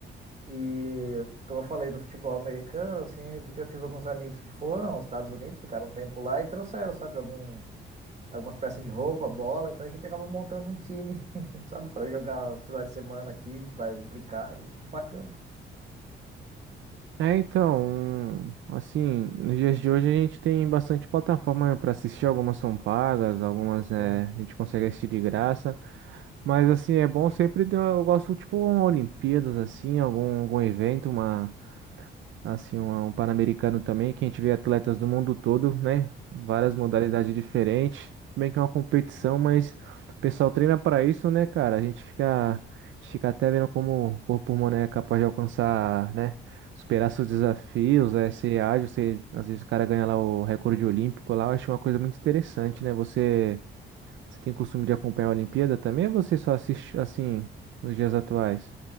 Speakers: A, on the right; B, on the right.
A: E como eu falei do futebol americano, assim, porque eu tive alguns amigos que foram aos Estados Unidos, ficaram um tempo lá e trouxeram, sabe, algum, algumas peças de roupa, bola. Então a gente acaba montando um time, <laughs> sabe, Para jogar os finais de semana aqui, para brincar. E bacana, cara.
B: É, então, assim, nos dias de hoje a gente tem bastante plataforma, né, para assistir, algumas são pagas, algumas é,
A: Sim,
B: a gente consegue assistir de graça, mas assim, é bom sempre, ter- eu gosto, tipo, uma Olimpíadas, assim, algum, algum evento, uma, assim, um, um Pan-Americano também, que a gente vê atletas do mundo todo, né? Várias modalidades
A: sim.
B: diferentes. Tudo Bem que é uma competição, mas o pessoal treina para isso, né, cara? A gente fica, a gente fica até vendo como o corpo humano é capaz de alcançar, né? Superar seus desafios, é, ser ágil, ser, às vezes o cara ganha lá o recorde olímpico lá, eu acho uma coisa muito interessante, né? Você, você tem costume de acompanhar a Olimpíada também ou você só assiste assim nos dias atuais?